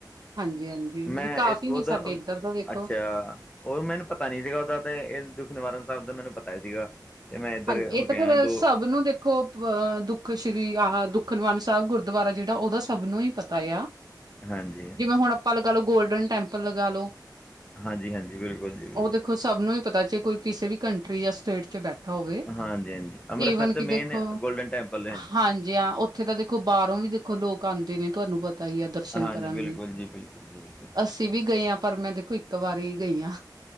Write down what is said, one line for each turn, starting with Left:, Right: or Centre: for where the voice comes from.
Right: ਹਾਂਜੀ-ਹਾਂਜੀ
Left: ਮੈਂ
Right: ਵੀ ਕਾਫ਼ੀ
Left: ਉਹਦਾ,
Right: ਨੇ ਸਾਡੇ ਇੱਧਰ ਦਾ ਵੇਖੋ
Left: ਅੱਛਾ ਉਹ ਮੈਨੂੰ ਪਤਾ ਨੀ ਸੀਗਾ ਉਹਦਾ ਤੇ ਇਹ ਦੁੱਖ ਨਿਵਾਰਨ ਸਾਹਿਬ ਦਾ ਮੈਨੂੰ ਪਤਾ ਹੀ ਸੀਗਾ। ਤੇ ਮੈਂ ਇੱਧਰ
Right: ਹਾਂਜੀ
Left: ਹੋ
Right: ਇਹ
Left: ਕੇ
Right: ਤਾਂ ਫੇਰ
Left: ਆਇਆ ਦੋ
Right: ਸਭ ਨੂੰ ਦੇਖੋ ਖੋਬ ਅ ਅ ਦੁੱਖ ਸ਼੍ਰੀ ਆਹ ਦੁੱਖਨਵਾਰਨ ਸਾਹਿਬ ਗੁਰਦੁਆਰਾ ਜਿਹਦਾ ਔਹਦਾ ਸਭ ਨੂੰ ਪਤਾ ਆ
Left: ਹਾਂਜੀ ਹਾਂਜੀ
Right: ਜਿਵੇਂ ਹੁਣ ਆਪਾਂ ਲਗਾ ਲੋ ਗੋਲਡਨ ਟੈਂਪਲ ਲਗਾ ਲਓ।
Left: ਹਾਂਜੀ-ਹਾਂਜੀ ਬਿਲਕੁਲ ਜੀ ਬਿਲਕੁਲ।
Right: ਉਹ ਦੇਖੋ ਸਭ ਨੂੰ ਹੀ ਪਤਾ ਕਿ ਕੋਈ ਕਿਸੇ ਵੀ ਕੰਟਰੀ ਜਾਂ ਸਟੇਟ ਚ ਬੈਠ ਹੋਵੇ,
Left: ਹਾਂਜੀ ਹਾਂਜੀ ਅੰਮ੍ਰਿਤਸਰ
Right: ਈਵਨ
Left: ਤੇ
Right: ਕਿ ਦੇਖੋ,
Left: ਮੇਨ ਗੋਲਡਨ ਟੈਂਪਲ
Right: ਹਾਂਜੀ ਹਾਂ। ਉੱਥੇ ਤਾਂ ਦੇਖੋ ਬਾਹਰੋਂ ਵੀ ਦੇਖੋ ਲੋਕ ਆਂਦੇ ਨੇ ਤੁਹਾਨੂੰ ਪਤਾ। ਤਾ ਹੀ ਆਏ ਦਰਸ਼ਨ
Left: ਹਾਂਜੀ
Right: ਕਰਨ
Left: ਬਿਲਕੁਲ
Right: ਲਈ, ਅਸੀ।
Left: ਜੀ ਬਿਲਕੁਲ ਜੀ ਬਿਲਕੁਲ
Right: ਅਸੀਂ ਵੀ ਗਏ ਆ ਪਰ ਮੈਂ ਦੇਖੋ ਇੱਕ ਵਾਰੀ ਗਈਆ।